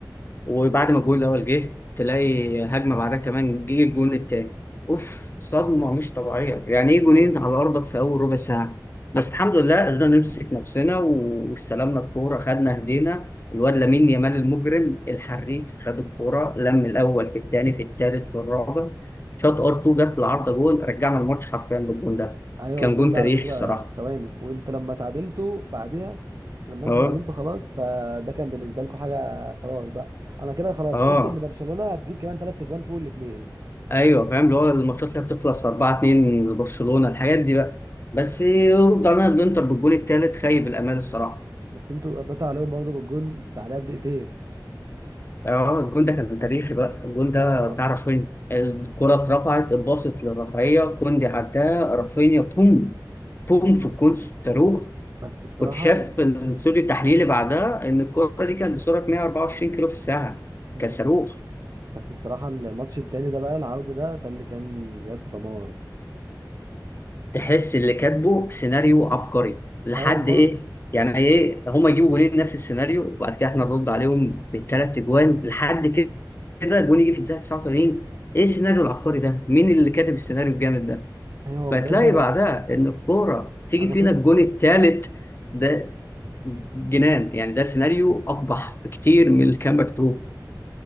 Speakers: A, on the left; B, on the right.
A: وبعد
B: إيه،
A: ما الجون الاول جه تلاقي هجمه بعدها كمان جه الجون التاني اوف صدمه مش طبيعيه يعني ايه جونين
B: اه
A: على ارضك في اول ربع ساعه بس الحمد لله قدرنا نمسك نفسنا و- واستلمنا الكوره خدنا هدينا الواد لامين يامال المجرم الحريف خد الكوره لم الاول في الثاني في الثالث في الرابع شاط ار 2 جت العارضه جون رجعنا الماتش حرفيا بالجون ده
B: ايوه
A: كان
B: الجون
A: جون
B: ده
A: تاريخي
B: على فكره
A: الصراحه
B: في ثواني وانت لما تعادلتوا بعدها لما انتوا
A: اه
B: تعادلتوا خلاص فده كان بالنسبه لكم حاجه خلاص بقى انا كده خلاص
A: اه
B: قلت ان برشلونه هتجيب كمان ثلاث اجوان فوق الاثنين
A: ايوه فاهم اللي هو الماتشات اللي بتخلص 4 2 لبرشلونه الحاجات دي بقى بس رجعنا الانتر بالجون الثالث خيب الامال الصراحه
B: بس انتوا رديتوا عليهم برضه بالجون في بعدها بدقيقتين
A: اه الجون ده كان تاريخي بقى الجون ده
B: اه
A: بتاع رافينيا الكره اترفعت اتباصت للرفعيه كوندي عداه رافينيا بوم بوم
B: مم.
A: في الجون صاروخ
B: بس بصراحة
A: كنت شاف
B: ال-
A: الاستوديو التحليلي بعدها ان الكره دي كانت بسرعه 124 كيلو في الساعه
B: مم.
A: كان صاروخ
B: بس بصراحة الماتش التاني ده بقى العودة ده ده اللي كان بجد دمار
A: تحس اللي كاتبه سيناريو عبقري لحد
B: اه والله
A: ايه يعني ايه هما يجيبوا جولين نفس السيناريو وبعد كده احنا نرد عليهم بالثلاث اجوان لحد كده جون يجي في الدقيقه 89 ايه السيناريو العبقري ده مين اللي كاتب السيناريو الجامد ده
B: ايوه
A: فتلاقي
B: بجد انا
A: بعدها ان الكوره تيجي
B: انا
A: فينا
B: كنت
A: الجون الثالث ده جنان يعني ده سيناريو اقبح بكتير من اللي كان مكتوب